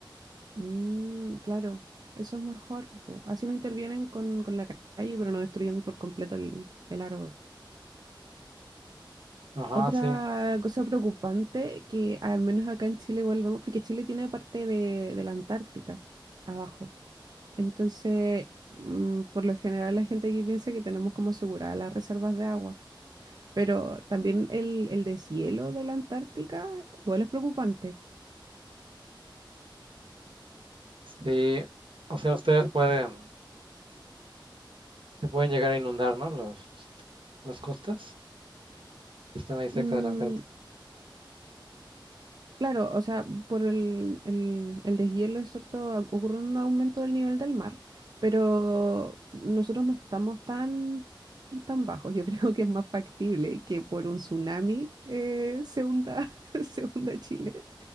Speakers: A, on the right (about 50°); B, on the right (about 80°).
A: Mm, claro, eso es mejor. po. Así no intervienen con, con la ca- calle, pero no destruyen por completo el, el árbol.
B: Ajá,
A: Otra
B: sí,
A: cosa preocupante que al menos acá en Chile volvemos, porque Chile tiene parte de, de la Antártica abajo. Entonces, mm, por lo general la gente aquí piensa que tenemos como aseguradas las reservas de agua, pero también el, el deshielo de la Antártica igual es preocupante.
B: sí. O sea, ustedes pueden, se pueden llegar a inundar, ¿no? Los, este, las costas que están ahí cerca
A: Mm,
B: de la Antártica.
A: claro, o sea, por el, el, el deshielo es cierto, a- ocurre un aumento del nivel del mar, pero nosotros no estamos tan tan bajos. Yo <laughs> creo que es más factible que por un tsunami eh, se hunda, <laughs> se hunda Chile,